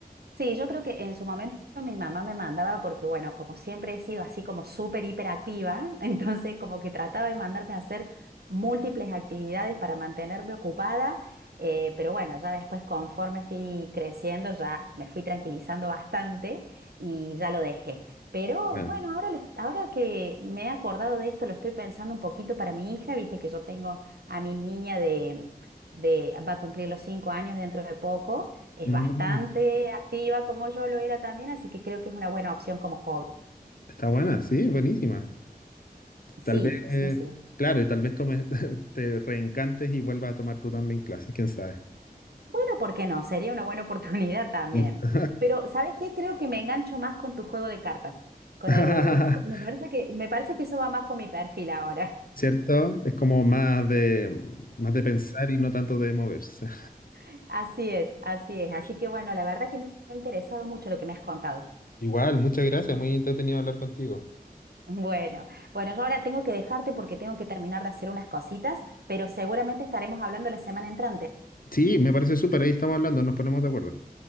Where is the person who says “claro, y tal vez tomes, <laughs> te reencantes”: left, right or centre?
Left